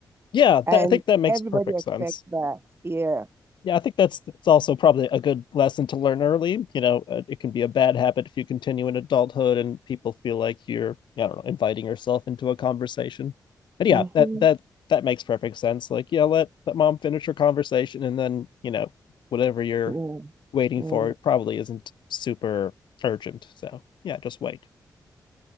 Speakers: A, on the left (about 80°); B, on the right (about 30°).
A: Yeah,
B: and
A: th I think that makes
B: everybody
A: perfect
B: expects
A: sense.
B: that yeah
A: Yeah, I think that's it's also probably a good lesson to learn early. You know, uh, it can be a bad habit if you continue in adulthood and people feel like you're, I don't know, inviting yourself into a conversation. But yeah,
B: hmm
A: that that that makes perfect sense. Like, yeah, let let mom finish her conversation and then, you know, whatever you're
B: yeah
A: waiting
B: Yeah,
A: for it probably isn't super urgent. So, yeah, just wait.